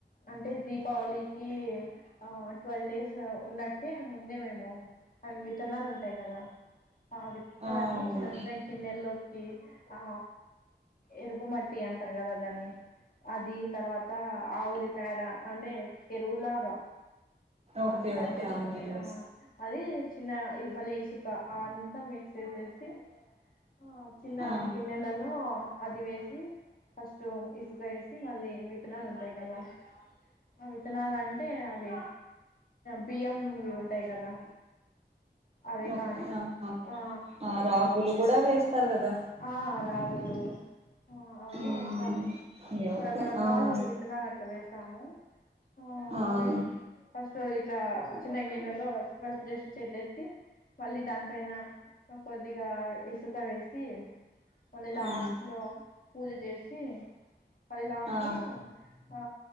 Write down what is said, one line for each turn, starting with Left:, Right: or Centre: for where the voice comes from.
Left: అంటే దీపావళికి ఆ ట్వెల్వ్ డేస్ ఉన్నట్ అంతే ముందే మేము అ విత్తనాలు ఉంటాయి కదా ఆ విత్తనాలన్నీ
Right: ఆ అవును
Left: చిన్న చిన్న గిన్నెల్లోకి ఆ ఎరుపు మట్టి అంటారు కదా దాన్ని అది తర్వాత ఆది పేడ అంటే ఎరువులాగా
Right: ఓకే
Left: అదే పని
Right: ఓకే
Left: చేస్తుంది
Right: అవునండి
Left: ఆ అది చిన్న మళీ ఇసుక అ అంతా మిక్స్ వసేసి ఆ చిన్న
Right: ఆ
Left: గిన్నెలలో అది వేసి ఫస్ట్ ఇసుక వేసి మళ్ళీ విత్తనాలు ఉంటాయి కదా ఆ విత్తనాలు అంటే అవి బియంవి ఉంటాయి కదా అవి
Right: ఓకే
Left: కానీ
Right: ఆ
Left: ఆ
Right: ఆ రాగులు కూడా వేస్తారు కదా
Left: ఆ రగుులు ఆ అవన్నీ
Right: మ్మ్
Left: వేస్తాము
Right: ఓకే
Left: రకరకాలు
Right: ఆ అవును
Left: విత్తనా అట్లా వేస్తాము ఆ
Right: అవును
Left: అవే ఫస్ట్టు ఇట్లా చిన్నగినెలో ఫిజ్ జస్ట్ చెల్లేసి మళ్ళీ దానిపైన కొద్దిగా వేసి మళ్ళీ లాస్ట్
Right: ఆ
Left: లో పూజ చేసి మళ్ళీ లాస్ట్లో
Right: ఆ
Left: ఆ